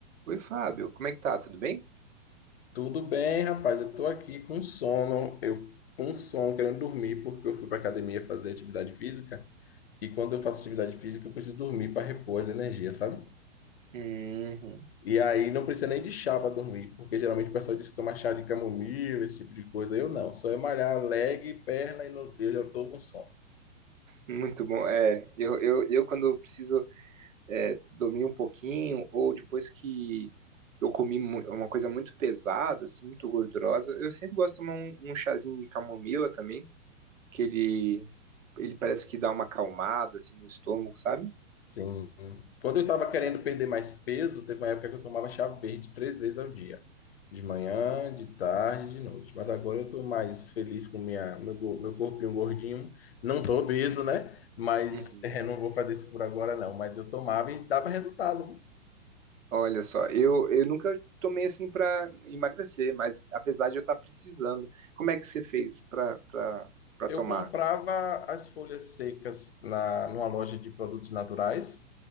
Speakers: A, on the right; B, on the left.
A: Oi, Fábio, como é que tá? Tudo bem?
B: Tudo bem, rapaz? Eu tô aqui com sono, eu com sono, querendo dormir, porque eu fui pra academia fazer atividade física. E quando eu faço atividade física, eu preciso dormir para repor as energias, sabe?
A: Uhum.
B: E aí não precisa nem de chá para dormir, porque geralmente o pessoal diz que toma chá de camomila, esse tipo de coisa. Eu não, só é malhar leg, perna e no- eu já tô com sono.
A: Muito bom. É, eu, eu, eu quando eu preciso é, dormir um pouquinho, ou depois que eu comi mu- uma coisa muito pesada, assim, muito gordurosa, eu sempre gosto de tomar um, um chazinho de camomila também, que ele, ele parece que dá uma acalmada, assim, no estômago, sabe?
B: Sim. Quando eu estava querendo perder mais peso, teve uma época que eu tomava chá verde três vezes ao dia. De manhã, de tarde, de noite. Mas agora eu estou mais feliz com minha, meu, go- meu corpinho gordinho. Não tô obeso, né? Mas
A: Uhum.
B: eh, não vou fazer isso por agora, não. Mas eu tomava e dava resultado.
A: Olha só, eu, eu nunca tomei assim pra emagrecer, mas apesar de eu estar precisando, como é que você fez pra pra pra
B: Eu
A: tomar?
B: comprava as folhas secas na, numa loja de produtos naturais